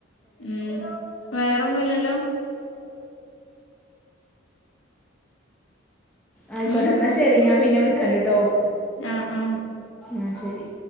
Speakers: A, on the left; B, in the centre.
A: ഉം വേറൊന്നും ഇല്ലല്ലോ
B: ആയിക്കോട്ടെ
A: ഉം
B: എന്നാ ശരി ഞാൻ പിന്നെ വിളിക്കണ്ട്ട്ടോ
A: ആഹ് ആഹ്
B: ആഹ് ശരി